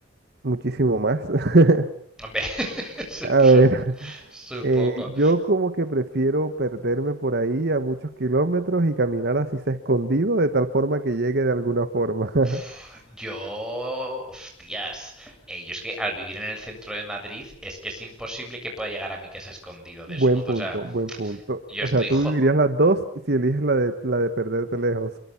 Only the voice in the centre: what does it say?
Hombre, <laughs> sup-
sup-
supongo.
Pf, Yo, hostias, eh, yo es que al vivir en el centro de Madrid es que es imposible que pueda llegar a mi casa escondido desnudo.
O sea,
yo
estoy,
jo-